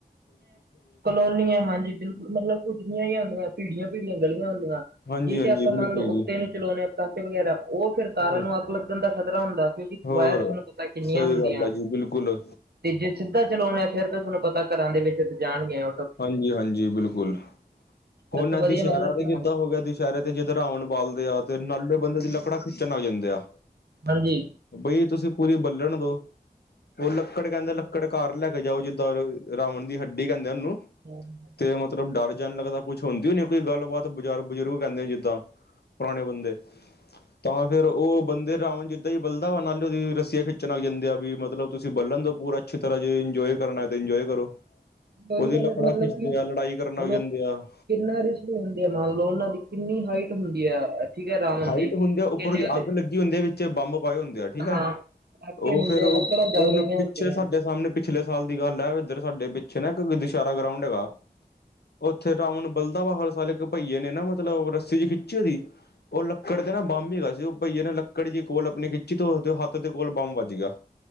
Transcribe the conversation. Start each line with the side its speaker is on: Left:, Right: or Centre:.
Right: ਕਲੋਨੀ ਹਾਂਜੀ ਬਿਲਕੁਲ ਮਤਲਬ ਕੁੱਝੀਆਂ ਹੀ ਆਦੀਆਂ ਭੀੜੀਆਂ- ਭੀੜੀਆਂ ਗਲੀਆਂ ਹੁੰਦੀਆਂ
Left: ਹਾਂਜੀ
Right: ਜਿਹ
Left: ਹਾਂਜੀ
Right: ਤੇ ਆਪਾਂ
Left: ਬਿਲਕੁਲ
Right: ਮੰਨ ਲਓ
Left: ਜੀ
Right: ਉੱਤੇ ਨੂੰ ਚਲਾਉਂਣੇ ਹਾਂ ਪੱਟਾਕੇ ਵਗੈਰਾ, ਉਹ ਫਿਰ ਤਾਰਾਂ
Left: ਹੋਰ
Right: ਨੂੰ ਅੱਗ ਲੱਗਣ ਦਾ ਖ਼ਤਰਾ ਹੁੰਦਾ ਫਿਰ
Left: ਹੋਰ
Right: ਵਾਇਰ ਤੁਹਾਨੂੰ ਪਤਾ ਕਿੰਨੀਆਂ
Left: ਸਹੀ
Right: ਹੁੰਦੀਆਂ
Left: ਗੱਲ ਹੈ ਜੀ ਬਿਲਕੁਲ
Right: ਤੇ ਜੇ ਸਿੱਧਾ ਚਲਾਉਣੇ ਆ ਫੇਰ ਤਾਂ ਤੁਹਾਨੂੰ ਪਤਾ ਘਰਾਂ ਦੇ ਵਿੱਚ ਜਾਣਗੀਆਂ
Left: ਹਾਂਜੀ- ਹਾਂਜੀ ਬਿਲਕੁਲ, ਹੁਣ
Right: ਇਸ ਤੋਂ ਵਧੀਆ
Left: ਦੁਸ਼ਹਿਰਾ
Right: ਮਤਲਬ
Left: ਤੇ
Right: ਕਿ
Left: ਜਿੱਦਾਂ ਹੋ ਗਿਆ ਦੁਸਹਿਰੇ ਤੇ ਜਿੱਦਾ ਰਾਵਣ ਬਾਲਦੇ ਆ ਤੇ ਨਾਲੇ ਬੰਦੇ ਦੀ ਲੱਕੜਾ ਖਿੱਚਣ ਆ ਜਾਂਦੇ ਆ
Right: ਹਾਂਜੀ
Left: ਬਈ ਤੁਸੀਂ ਪੂਰੀ ਬੱਲਣ ਦੋ, ਉਹ ਲੱਕੜ ਕਹਿੰਦੇ ਲੱਕੜ ਲਕੜਕਾਰ ਲੈ ਕੇ ਜਾਓ, ਜਿੱਦਾਂ ਰਾਵਣ ਦੀ ਹੱਡੀ ਕਹਿੰਦੇ ਉਹਨੂੰ
Right: ਹਮ
Left: ਤੇ ਮਤਲਬ ਡਰ ਜਾਣ ਲੱਗਦਾ ਕੁੱਛ ਹੁੰਦੀ ਨਹੀਂ ਕੋਈ ਗੱਲਬਾਤ ਬਜ਼ਾਰ ਬਜ਼ੁਰਗ ਕਹਿੰਦੇ ਨੇ ਜਿੱਦਾਂ, ਪੁਰਾਣੇ ਬੰਦੇ ਤਾਂ ਫਿਰ ਉਹ ਬੰਦੇ ਰਾਵਣ ਜਿੱਦਾਂ ਹੀ ਬਲਦਾ ਵਾ ਨਾਲੇ ਉਹਦੀ ਰਸੀਆ ਖਿੱਚਣ ਆ ਜਾਂਦੇ ਆ ਵੀ ਮਤਲਬ ਤੁਸੀਂ ਬਲਣ ਦੋ ਪੂਰਾ ਅੱਛੀ ਤਰ੍ਹਾਂ ਜੇ ਇੰਨਜੋਏ ਕਰਨ ਆਏ ਇੰਨਜੋਏ ਕਰੋ
Right: ਉਹੀ
Left: ਉਹਦੀ ਲੱਕੜਾਂ
Right: ਗੱਲ ਮਤਲਬ
Left: ਖਿੱਚਦੇ
Right: ਕਿ,
Left: ਆ ਲੜਾਈ ਕਰਨ
Right: ਹੁਣ
Left: ਲੱਗ ਜਾਂਦੇ
Right: ਕਿੰਨਾ
Left: ਆ
Right: ਰਿਸਕ ਹੁੰਦੇ ਆ ਮੰਨ ਲਓ ਉਹਨਾ ਦੀ ਕਿੰਨੀ ਹਾਈਟ ਹੁੰਦੀ ਹੈ ਠੀਕ ਰਾਵਣ
Left: ਹਾਈਟ
Right: ਦੀ
Left: ਹੁੰਦੀ
Right: ਕਿੰਨੇ
Left: ਆ, ਉੱਪਰ ਦੀ
Right: ਉਹਦੇ
Left: ਅੱਗ ਲੱਗੀ ਹੁੰਦੀ ਹੈ ਵਿੱਚ ਬੰਬ ਪਾਏ ਹੁੰਦੇ ਆ ਠੀਕ ਆ,
Right: ਹਾਂ ਪਟਾਕੇ
Left: ਉਹ
Right: ਹੁੰਦੇ
Left: ਫੇਰ ਉਹ,
Right: ਆ ਲੱਕੜਾਂ ਜਲ
Left: ਉਹ
Right: ਰਹੀਆਂ
Left: ਪਿੱਛੇ
Right: ਹੁੰਦੀਆਂ
Left: ਸਾਡੇ ਸਾਹਮਣੇ ਪਿੱਛੇ ਪਿਛਲੇ ਸਾਲ ਦੀ ਗੱਲ ਹੈ ਇੱਧਰ ਸਾਡੇ ਪਿੱਛੇ ਨਾ ਇੱਕ ਦੁਸਹਿਰਾ ਗਰਾਊਂਡ ਹੈਗਾ ਉੱਥੇ ਰਾਵਣ ਬਲਦਾ ਵ ਹਰ ਸਾਲ ਇੱਕ ਭਈਏ ਨੇ ਨਾ ਮਤਲਬ ਰੱਸੀ ਚ ਖਿੱਚੀ ਉਹਦੀ ਉਹ ਲੱਕੜ ਤੇ ਨਾ ਬੰਬ ਹੀ ਹੈਗਾ ਸੀ ਉਹ ਭਈਏ ਨੇ ਲੱਕੜ ਜ ਕੋਲ ਆਪਣੀ ਖਿੱਚੀ ਧ ਹੱਥ ਦੇ ਕੋਲ ਬੰਬ ਵੱਜ ਗਿਆ